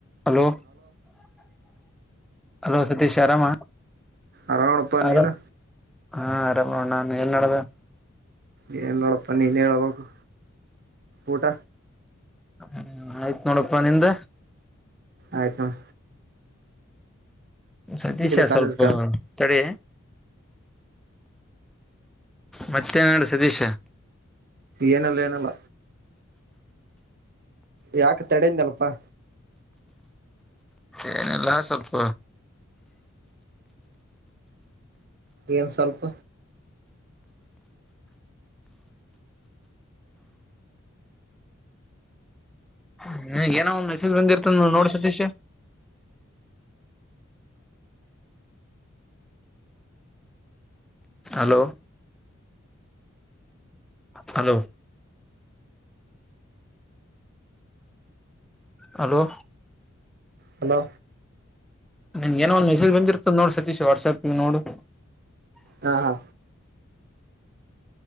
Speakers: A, in the centre; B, on the right.
A: Hello hello Satish ಅರಾಮ
B: ಆರಾಮ್ ನೋಡಪ್ಪಾ
A: ಹಲೋ
B: ನೀನು
A: ಹಾ ಆರಾಮ್ ನೋಡ ನಾನು ಏನ ನಡದದ್
B: ಏನ್ನಿಲ್ಲ ನೋಡಪ್ಪ ನೀನೆ ಹೇಳ್ಬಕು ಊಟ
A: ಹ್ಮ್ ಆಯ್ತ್ ನೋಡಪ್ಪಾ ನಿಂದ
B: ಆಯ್ತ ನೋಡ
A: ಸತೀಶ
B: ಕಾಲೇಜ್ಕ
A: ಸ್ವಲ್ಪ ತಡಿ ಮತ್ತೇನ ನಡದದ್ ಸತೀಶ
B: ಏನಿಲ್ಲ ಏನಿಲ್ಲ ಯಾಕ ತಡೆಯಿಂದಲ್ಲಪ್ಪಾ
A: ಏನಿಲ್ಲ ಸ್ವಲ್ಪ
B: ಏನ್ ಸ್ವಲ್ಪ
A: ಹ್ಮ್ ಏನೋ ಒಂದ್ ಮೆಸೇಜ್ ಬಂದಿರ್ತದ ನೋಡ Satish hello hello hello
B: hello
A: ನಿಂಗ ಏನೋ ಒಂದು ಮೆಸೇಜ್ ಬಂದಿರುತ್ತ ನೋಡು ಸತೀಶ್ ವಾಟ್ಸಾಪ್ ನೋಡು -
B: ಹಾ ಹಾ